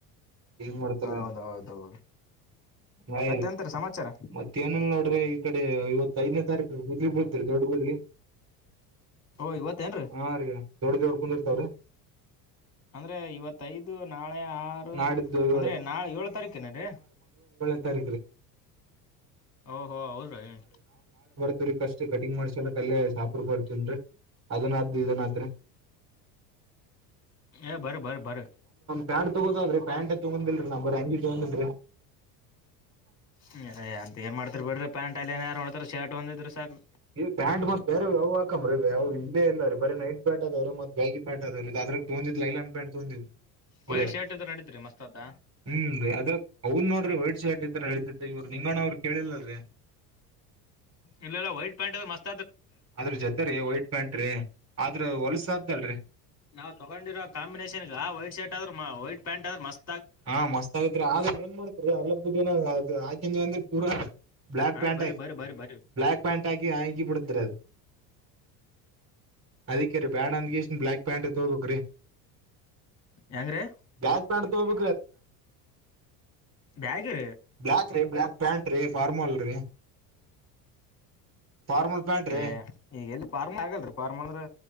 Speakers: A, on the right; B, on the left.
A: ಏನ್ ಮಾಡ್ತಾರ
B: ಹೌದೌದೌದು
A: ಆ
B: ಮತ್ತೆಂತರ ಸಮಾಚಾರ
A: ಮತ್ತೇಏನನ್ ನೋಡ್ರಿ ಕಡೆ ಇವತ್ತ ಐದನೇ ತಾರೀಕು ಬದ್ಲಿ ಬೂಡ್ತರಿ ದೊಡ್ ಬದ್ಲಿ
B: ಓ ಇವತ್ತೇನ್ರೀ
A: ಹಾ ರಿ ದೊಡ್ಡ ದೋಡ್ ಕುಂದರ್ <unintelligible>
B: ಅಂದ್ರೆ ಇವತ್ತ ಐದು ನಾ ನಾಳೆ ಆರು
A: ನಾಡಿದ್ದು
B: ಅಂದ್ರೆ
A: ಏಳು
B: ನಾಳೆ ಏಳ ತಾರೀಕನ ರೀ
A: ರು <inaudible>
B: ಓಹೋ ಹೌದ್ರ ಏನು
A: <unintelligible> ಕಟಿಂಗ್ ಮಾಡ್ಸ ಎಲ್ಲ ಕಲ್ಲೆ ಶಾಪುರ್ ಬರ್ತನ್ರಿ ಅದನಾದ ಇದನ ಆದ್ರೆ.
B: ಏ ಬರ್ರ ಬರ್ರ ಬರ್ರ
A: ಪ್ಯಾಡ್ ತಗೋದದ್ರೀ ಪ್ಯಾಂಟ್ ತೊಗಂದಿಲ್ರರಿ ನಾ ಬರಿ ಅಂಗಿ ತಗೊಂಡನ್ ರಿ.
B: ಹ್ಮ್ ಅಂತ ಏನ್ ಮಾಡ್ತಾರರಿ ಬಿಡ್ರಿ ಪ್ಯಾಂಟ್ ಅಲ್ಲಿ ಏ <unintelligible> ಮಾಡಡ್ತಾರ ಶರ್ಟ್ ಹೊಂದಿದ್ರ ಸಾಕು.
A: ಈ ಪ್ಯಾಂಟ್ ಮತ್ ಬೇರೆ ಯಾವ ಹಾಕಂದ್ರ ಯಾವು ಇಲ್ಲೆ ಇಲ್ಲ ರೀ ಬರಿ ನೈಟ್ ಪ್ಯಾಟ್ ಅದಾವ ಮತ್ ಬಾಗಿ ಪ್ಯಾಂಟ್ ಅದಾವರು ಅದ್ರೆ ತೊಂದಿದ್ ಲೈಲಾನ್ ಪ್ಯಾಂಟ್ ತಗೊಂಡಿನ್ರಿ. ಇದಾರೆ
B: ವೈಟ್ ಶರ್ಟ್ ಇದ್ರ ನಡೀತ್ರಿ ಮಸ್ತ್ ಅದ
A: ಹ್ಮ್ ರಿ ಆದ್ರ ಅವನ್ ನೋಡ್ರಿ ವೈಟ್ ಶರ್ಟ್ ಇದ್ರ ನಡಿತೈತ್ ಇವರು ನಿಂಗಣ್ಣ ಅವರು ಕೇಳಿಲ್ಲಲ್ರರಿ.
B: ಇಲ್ಲ ಇಲ್ಲ ವೈಟ್ ಪ್ಯಾಂಟ್ ಇದ ಮಸ್
A: ಆದ್ರ ಜೊತೆ ರೀ ವೈಟ್ ಪ್ಯಾಂಟ್ ರಿ ಆದ್ರ ಒಲ್ಸದಲ್ರಿ
B: ನಾವ್ ತಗೊಂಡಿರೋ ಕಾಂಬಿನೇಷನ್ ಗ <unintelligible> ವೈಟ್ ಪ್ಯಾಂಟ್ ಆದ್ರ ಮಸ್
A: ಹಾ ಮಸ್ತ್ ಆಗತ್ ಆದ್ರ ಏನ್ ಮಾಡ್ತರಿ <unintelligible> ದಿನ ಅದು ಅಕ್ <unintelligible> ಅಂದ್ರ ಪೂರ ಬ್ಲ್ಯಾಕ್
B: ಹಾ
A: ಪ್ಯಾಂಟ್
B: ಬರಿ
A: ಹಾಕಿ
B: ಬರಿ ಬರಿ ಬರಿ
A: ಬ್ಲ್ಯಾಕ್ ಪ್ಯಾಂಟ್ ಹಾಕಿ ಅ ಅಂಗಿ ಬಿಡದ್ರೆ ಅದು ಅದಿಕೆ ರೀ ಬ್ಯಾಡ್ ಅಂದ್ಗೆ <unintelligible> ಬ್ಯಾಕ್ ಪ್ಯಾಂಟ್ ತೋಬೇಕ್ರಿ
B: ಹೆಂಗ್ರೀ
A: ಬ್ಯಾಕ್ ಮಾಡ <unintelligible>
B: ಬ್ಯಾಗಿ ರೀ
A: ಬ್ಲಕ್ ರೀ ಬ್ಲಕ್ ಪ್ಯಾಂ ರಿ ಫಾರ್ಮಲ್ ರೀ ಫಾರ್ಮಲ್ ಪ್ಯಾಂಟ್ ರೀ
B: ಏ ಈಗೆ ಎಲ್ ಪಾರ್ಮ್ ಆಗಲ್ರಿ ಫಾರ ಅಂದ್ರೆ